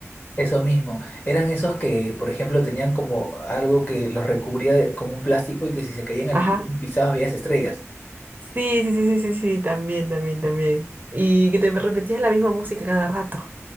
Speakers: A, on the left (about 35°); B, on the right (about 35°).
A: Eso mismo. Eran esos que, por ejemplo, tenían como algo que los recubría de- como un plástico y que si se caían al
B: Ajá.
A: piso pisabas veías estrellas.
B: Sí, sí, sí, sí, sí, sí, también, también, también. Y que te repetías la misma música cada rato.